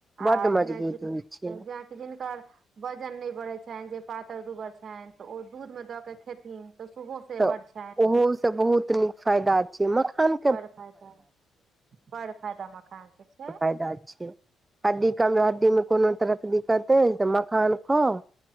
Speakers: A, on the right; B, on the right.
A: बड्ड
B: आर
A: मजबूत
B: जेना
A: होइ छै
B: की जीनकर वजन नहि बढ़ैत छनि जे पातर दुबर छनि तऽ ओ दूधमे दऽ केऽ खेथिन तऽ सेहो से
A: तऽ
B: बड़ छनि
A: ओहोसँ बहुत नीक फायदा छैय मखान
B: बड़ फायदा बड़ फायदा मखान से छै
A: फायदा छै हड्डी कम हड्डी मे कोनो तरहके दिक्कत अछि त मखान खाअ